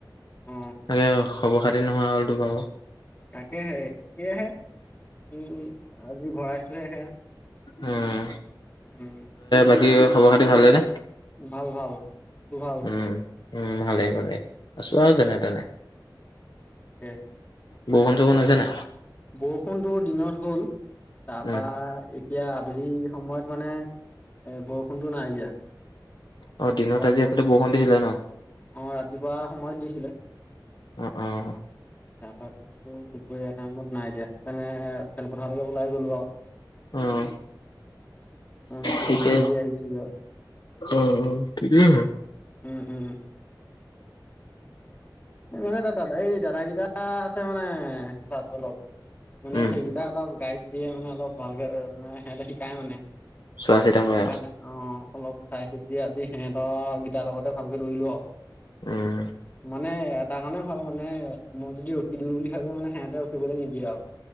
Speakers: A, on the left; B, on the left.
A: <inaudible>
B: অ
A: খবৰ খাতি নোহোৱা হ'লতো পা
B: তাকেহে সয়েহে উম আজি ভৰাইছোহে সেয়া।
A: <unintelligible>
B: উম
A: বাকী খবৰ-খাতি ভালেই নে?
B: ভাল ভাল, তোৰ ভাল?
A: উম, উম ভালেই ভালেই আছো আৰু
B: অ
A: যেনে তেনে।
B: তাকে।
A: <unintelligible> য মানহ জানে।
B: বৰষুণটোৰ দিনত হ'ল। তাৰ
A: উম,
B: পৰা এতিয়া আবেলি সময়ত মানে এ বৰষুণতটো নাই দিয়া।
A: অ', দিনত
B: তাৰপৰা
A: আজি এইফালে বৰষুণ দিছিলে ন?
B: <unintelligible> ৰাতিপুৱা সময় দিছিলে।
A: উ উম।
B: তাৰ পৰাতো দুপৰীয়া টাইমত নাই দিয়া, সেইকাৰণে খেলপথাৰলৈকে ওলাই গ'লো আৰু।
A: অ',
B: অ'
A: ঠিকে
B: গৈ মিলি আহিছো যাও।
A: অ' অ' ঠিকেইছে ন?
B: উম উম উম। মানে তাত দাদা এই দাদাকেইটা আছে মানে তাত অলপ মানে
A: উম,
B: সেইকেইটা অলপ গাইড দিয়ে মানে অলপ ভালকে মানে সিহঁলে শিকাই মানে।
A: চোৱা চিতা কৰে
B: সেইকাৰণে
A: আৰু
B: অ'। অলপ চাই চি দি আজি সিহঁতৰ গিটাৰ লগতে ভালকে দৌৰিলো আৰু।
A: উম।
B: মানে এটা কাৰণে ভাল মানে মই যদি ৰখি দিওঁ বুলি ভাবে মানে সিহতে নিদিয়ে আৰু,